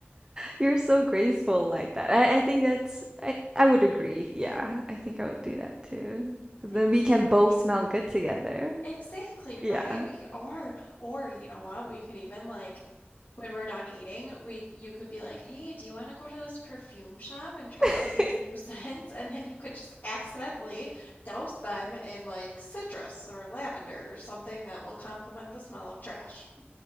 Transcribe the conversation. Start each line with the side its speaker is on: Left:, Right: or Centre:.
Right: You're so graceful like that. I, I think that's I, I would agree. Yeah, I think I would do that too. Then
Left: Thank
Right: we
Left: you.
Right: can
Left: I
Right: both
Left: try.
Right: smell good together.
Left: Exactly,
Right: Yeah.
Left: right? We could, or or you know what? We could even like when we're done eating, we you could be like, "Hey, do you want to go to this perfume shop and try
Right: <laughs>
Left: out these new <laughs> scents?" And then you could just accidentally douse them in like citrus or lavender or something that will complement the smell of trash. <laughs>